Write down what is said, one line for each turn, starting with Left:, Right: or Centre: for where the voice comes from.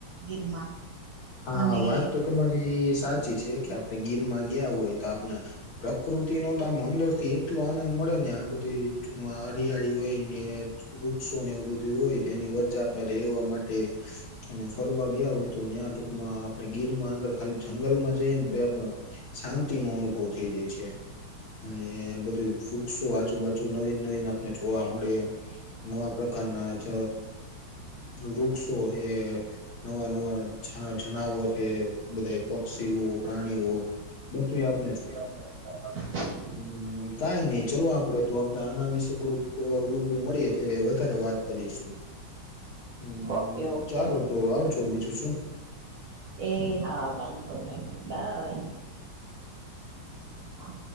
Right: ગીરમાં.
Left: હા
Right: અને
Left: વાત તો તમારી સાચી છે કે આપણે ગીરમાં ગયા હોય તો આપણે પ્રકૃતિ નો તો આમ અંદર થી એટલો આનંદ મળે ને આ બધી ટૂંકમાં હરિયાળી હોય ને વૃક્ષો ને એવું બધું હોય એની વચ્ચે આપણે રહેવા માટે અને ફરવા ગયા હોય તો ન્યા ટૂંકમાં આપણે ગીર માં અંદર ખાલી જંગલમાં જઈએ ને તો આપણા શાંતિનો અનુભવ થઈ જાય છે. અને બધું વૃક્ષો આજુબાજુ નવીન નવીન આપણે જોવા મળે. નવા પ્રકારના જ વૃક્ષો હે નવા નવા જ જનાવર હે બધા પક્ષીઓ પ્રાણીઓ બધું <unintelligible>
Right: તો તે આપણે <unintelligible>
Left: હમ્મ કઈ નઈ ચાલો આપડે તો આપડે આના વિશે થોડુંક રૂબરૂ મળીએે ત્યારે વધારે વાત કરીશું હમ્મ
Right: ઓકે ઓકે
Left: ચાલો તો આવજો બીજું શું.
Right: એ હા વાંધો નહીં બાય. હા